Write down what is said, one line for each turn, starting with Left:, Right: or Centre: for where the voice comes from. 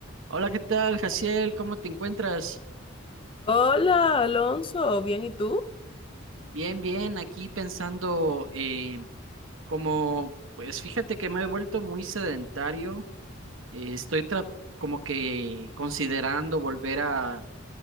Right: Hola, ¿qué tal, Jaciel? ¿Cómo te encuentras?
Left: Hola, Alonso, ¿bien y tú?
Right: Bien, bien, aquí pensando, eh, como, pues fíjate que me he vuelto muy sedentario, eh, estoy tra- como que considerando volver a,